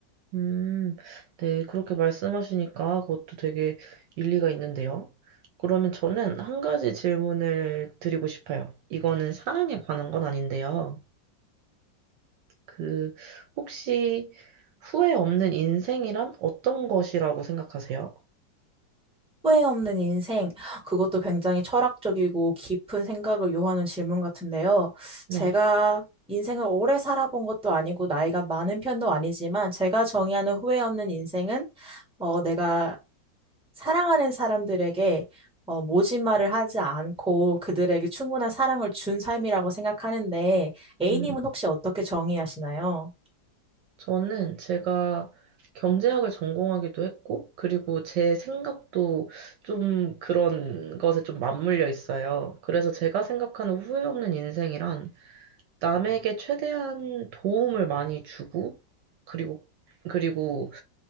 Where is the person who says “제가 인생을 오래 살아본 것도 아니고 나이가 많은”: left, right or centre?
Centre